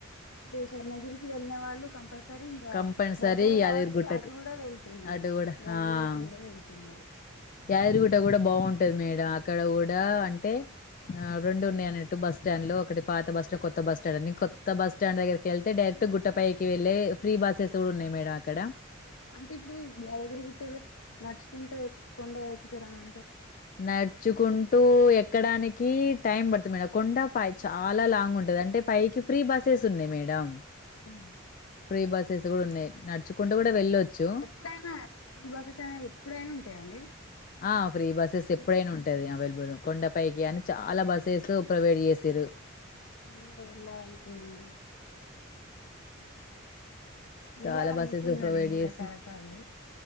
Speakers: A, on the left; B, on the left.
A: ఇప్పుశణగిరికి వెళ్నే వాళ్ళు కంపల్ సరే ఇంకా
B: కంపల్సరీ
A: దగ్గరే
B: యాదగిరి
A: కాబట్టి
B: గుట్టకు
A: అటు కూడా వెళ్తున్నారు
B: అటు కూడా
A: కూడా
B: ఆ
A: వెళ్తున్నారు
B: యాదగిరిగుట్ట కూడా బాగుంటది మేడం అక్కడ కూడా అంటే రెండు ఉన్నా బస్ స్టాండ్ లో ఒకటి పాత బస్టాండ్ కొత్త బస్ స్టాండ్ అని బస్ స్టాండ్ దగ్గర కి వెళ్తె డైరెక్ట్ గుం ట్టపైకి వెళ్ళె ఫ్రీ బస్సెస్ కూడా ఉన్నాయి మేడం అక్కడ
A: అంటే ఇప్పుడు యాదగిరిగుట్ట లో నడుచుకుంట ఎక్కి కొండ ఎక్కుతారండి
B: నడుచుకుంట టు ఎక్కడానికి టైం పడుతుంది మేడం కొండ పై చాలా లాంగ్ ఉంటంది అంటే పైకి ఫ్రీ బస్సెస్ ఉన్నాయి మేడం
A: ఆ
B: ప్రీ బస్సెస్ కూడా ఉన్నాయి నడుచుకుంటూ
A: ఓ
B: కూడా వెళ్ళొచ్చు
A: ఎప్పుడైనా ఫ్రీ బసస్ అయిన ఎప్పుడైనా ఉంటాయాండి
B: ఆ ఫ్రీ బస్సెస్ ఎప్పుడైనా ఉంటాది అవైలబుల్ కొండపైకి అని చాలా బా నెట్లో ప్రొవైడ్ చేసిరు
A: నేను కూడా వెళ్ళలనుకున్నాను వెళ్ళాలి
B: చాలా బస్సెస్
A: అనుకున్నా
B: ప్రొవైడ్
A: నేను కూడా
B: చేసి
A: చాలా సార్లు